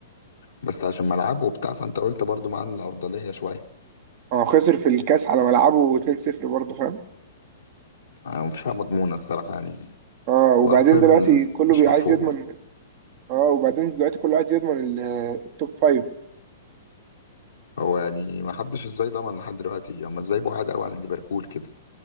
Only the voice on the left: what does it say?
بس عشان ملعبه وبتاع فأنت قلت برضو مع الأفضلية شوية
آه، مفيش حاجة مضمونة الصراحة يعني
وأرسنال
مش
مفهومة
هو يعني ما حدش ازاي ضمن لحد دلوقتي هما ازاي بعاد قوي عن ليفربول كده